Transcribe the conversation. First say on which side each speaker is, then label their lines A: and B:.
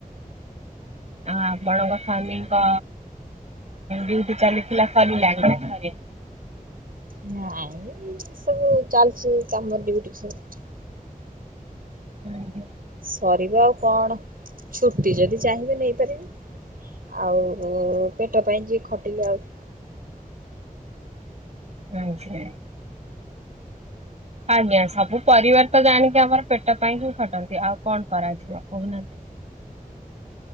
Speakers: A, on the right; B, on the right.
A: ହୁଁ ଆ ଆପଣଙ୍କ ସ୍ଵାମୀଙ୍କ ଡିଉଟି ଚାଲିଥିଲା ସରିଲାଣି କି ସରିନି?
B: ନାଇଁ ସବୁ ଚାଲିଛି କାମ ଡିଉଟି ସବୁ।
A: ହଁ
B: ସରିବ ଆଉ କଣ? ଛୁଟି ଯଦି ଚାହିଁବେ ନେଇପାରିବେ। ଆଉ ପେଟ ପାଇଁ ଯିଏ ଖଟିଲେ ଆଉ
A: ହୁଁ ହୁଁ। ଆଜ୍ଞା, ସବୁ ପରିବାର ତ ଜାଣିକି ଆମର ପେଟ ପାଇଁ ହିଁ ଖଟନ୍ତି ଆଉ କଣ କରାଯିବ କହୁନାହାନ୍ତି।